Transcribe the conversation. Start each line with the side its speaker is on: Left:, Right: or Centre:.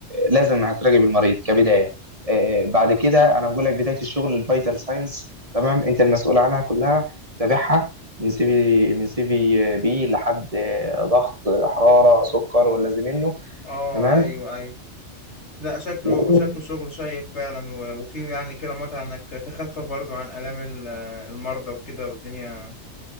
Right: لازم هتراجع بالمريض كبدايه آه آه، بعد كده انا بقول لك بدايه الشغل الفيتال ساينس تمام انت المسؤول عنها كلها تتابعها من سي في من سي في بي لحد آه، ضغط آه، حراره سكر ولا زي منه
Left: اه
Right: تمام
Left: ايوه ايوه لا شكله
Right: و-
Left: شكله
Right: و-
Left: شغل شيق فعلا و- وفيه يعني كده متعة انك تخفف برضو عن آلام ال- المرضى وكده والدنيا